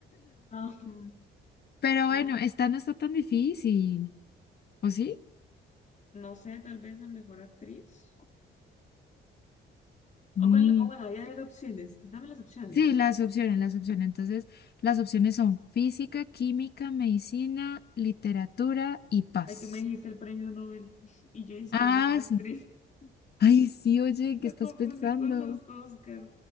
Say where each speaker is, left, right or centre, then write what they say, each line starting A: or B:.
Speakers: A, on the left (about 35°); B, on the left (about 55°).
A: Ajá.
B: pero
A: Eh,
B: bueno, esta no está tan difícil, ¿o sí?
A: no sé, tal vez la mejor actriz. O,
B: Mm,
A: cuál, o bueno, ya hay opciones. Dame las opciones.
B: sí, las opciones, las opciones. Entonces, las opciones son física, química, medicina, literatura y paz.
A: Ay, tú me dijiste el premio Nobel <laughs> y yo dije
B: Ah,
A: que el mejor actriz.
B: sí.
A: <laughs>
B: Ay, sí, oye,
A: Lo
B: ¿qué estás
A: confundí
B: pensando?
A: con los Oscar.